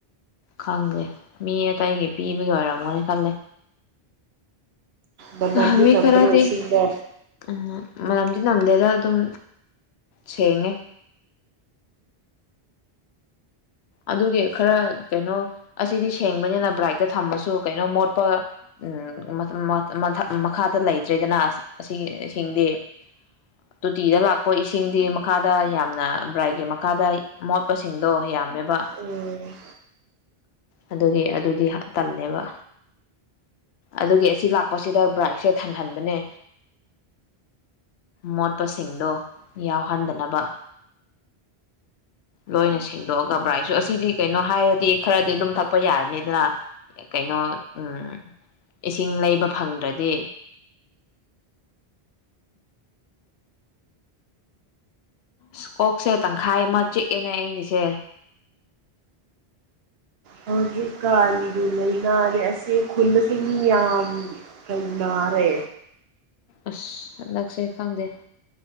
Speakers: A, on the left (about 80°); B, on the right (about 70°).
A: ꯈꯪꯗꯦ ꯃꯤ ꯑꯇꯩꯒꯤ ꯄꯤꯕꯒꯤ ꯑꯣꯏꯔꯝꯒꯅꯤ ꯈꯜꯂꯦ
B: ꯃꯅꯝꯗꯤ
A: ꯑꯃꯤ
B: ꯅꯝꯗ꯭ꯔꯣ
A: ꯈꯔꯗꯤ
B: ꯏꯁꯤꯡꯗꯣ
A: ꯎꯝ ꯃꯔꯅꯝꯗꯤ ꯅꯝꯗꯦꯗ ꯑꯗꯨꯝ ꯁꯦꯡꯉꯦ ꯑꯗꯨꯒꯤ ꯈꯔ ꯀꯩꯅꯣ ꯑꯁꯤꯗꯤ ꯁꯦꯡꯕꯅꯤꯅ ꯕ꯭ꯔꯥꯏꯛꯇ ꯊꯝꯃꯁꯨ ꯀꯩꯅꯣ ꯃꯣꯠꯄ ꯎꯝ ꯃꯈꯥꯗ ꯂꯩꯇ꯭ꯔꯦꯗꯅ ꯑꯁꯤꯁꯤꯡꯗꯤ <inaudible> ꯇꯣꯇꯤꯗ ꯂꯥꯛꯄ ꯏꯁꯤꯡꯗꯤ ꯃꯈꯥꯗ ꯌꯥꯝꯅ ꯕ꯭ꯔꯥꯏꯒꯤ ꯃꯈꯥꯗ ꯃꯣꯠꯄꯁꯤꯡꯗꯣ ꯌꯥꯝ ꯃ ꯋꯥ
B: ꯎꯝ
A: ꯑꯗꯨꯒꯤ ꯑꯗꯨꯗꯤ ꯇꯜꯂꯦꯕ ꯑꯗꯨꯒꯤ ꯑꯁꯤ ꯂꯥꯛꯄꯁꯤꯗ ꯕ꯭ꯔꯥꯏꯛꯁꯦ ꯊꯟꯍꯟꯕꯅꯦ ꯃꯣꯠꯄꯁꯤꯡꯗꯣ ꯌꯥꯎꯍꯟꯗꯅꯕ ꯂꯣꯏꯅ ꯁꯦꯡꯗꯣꯛꯑꯒ ꯕ꯭ꯔꯥꯏꯁꯨ ꯑꯁꯤꯗꯤ ꯀꯩꯅꯣ ꯍꯥꯏꯔꯗꯤ ꯈꯔꯗꯤ ꯑꯗꯨꯝ ꯊꯛꯄ ꯌꯥꯔꯅꯤ ꯑꯗꯨꯅ ꯀꯩꯅꯣ ꯎꯝ ꯏꯁꯤꯡ ꯂꯩꯕ ꯐꯪꯗ꯭ꯔꯗꯤ ꯁ ꯀꯣꯛꯁꯦ ꯇꯪꯈꯥꯏ ꯑꯃ ꯆꯤꯛꯑꯦꯅꯦ ꯑꯩꯒꯤꯁꯦ
B: ꯍꯧꯖꯤꯛꯀꯥꯟꯗꯤ ꯂꯥꯏꯅꯥꯅꯤ ꯑꯁꯤ ꯈꯨꯜ ꯑꯁꯤ ꯃꯤ ꯌꯥꯝ ꯀꯅꯥꯔꯦ
A: ꯑꯁ ꯅꯛꯁꯦ ꯈꯪꯗꯦ